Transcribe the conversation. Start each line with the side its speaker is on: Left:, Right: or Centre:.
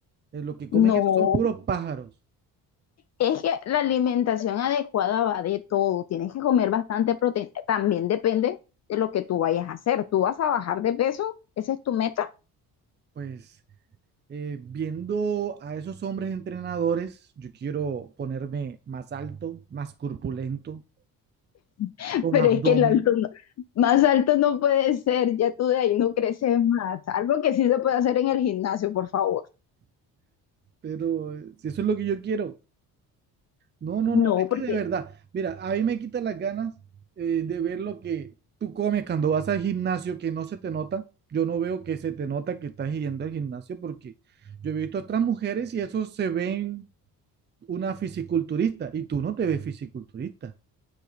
Right: Eh, Lo que comen
Left: No,
Right: esos son puros pájaros.
Left: Es que la alimentación adecuada va de todo. Tienes que comer bastante proteína. También depende de lo que tú vayas a hacer. Tú vas a bajar de peso, esa es tu meta,
Right: Pues eh, viendo a esos hombres entrenadores, yo quiero ponerme más alto, más corpulento,
Left: <laughs>
Right: con
Left: pero
Right: abdomen,
Left: es que el alto no- más alto no puede ser. Ya tú de ahí no creces más. Algo que sí se puede hacer en el gimnasio, por favor.
Right: pero eh, si eso es lo que yo quiero, no, no,
Left: No,
Right: no, es
Left: porque
Right: que de verdad, mira, a mí me quita las ganas eh, de ver lo que tú comes cuando vas al gimnasio que no se te nota. Yo no veo que se te nota que estás yendo al gimnasio porque yo he visto a otras mujeres y eso se ven una fisiculturista y tú no te ves fisiculturista.